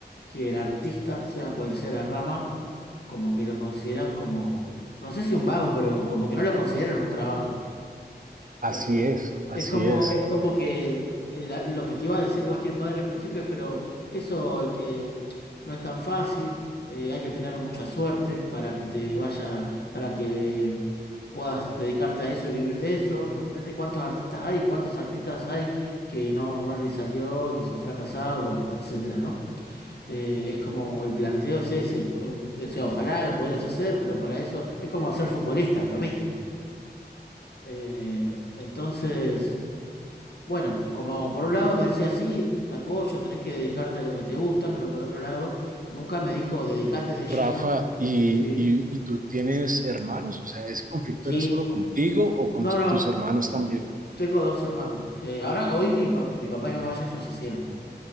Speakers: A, on the left; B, on the right.
A: que el artista, sea cual sea la rama, como que lo consideran como, no sé si un vago, pero como que no lo consideran un trabajo.
B: así
A: Lo- eh,
B: es, así
A: es como,
B: es.
A: es como que eh, la- lo que te iba a decir cualquier padre al principio es, pero eso, el que no es tan fácil, eh, hay que tener mucha suerte para que te vaya, para que puedas dedicarte a eso y vivir de eso. Imagínate cuántos artistas hay, cuántos artistas hay que no, no les salió y que son fracasados, bueno, etcétera, ¿no? Eh, es como el planteo es ese. O sea, ojalá lo pudieras hacer, pero para eso es como ser futbolista, lo mismo. Eh, entonces, bueno, como por un lado me decía, sí, te apoyo, tenés que dedicarte a lo que te gusta, pero por otro lado, nunca me dijo, dedicate de lleno.
B: Rafa, ¿y,
A: Sí,
B: y, y tú tienes hermanos? O sea, ¿ese conflicto
A: sí,
B: era solo contigo o con
A: no,
B: t-
A: no,
B: tus hermanos también?
A: tengo dos hermanos. Eh, ahora, hoy mi, pa- mi papá y mamá ya fallecieron.